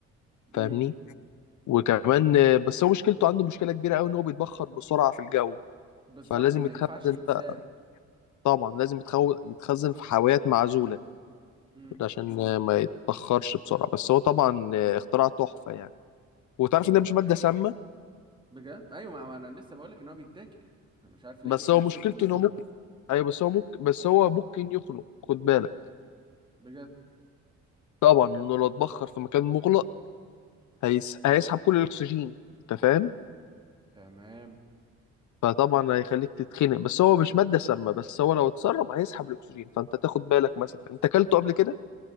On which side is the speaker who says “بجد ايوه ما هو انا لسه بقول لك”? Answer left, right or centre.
Right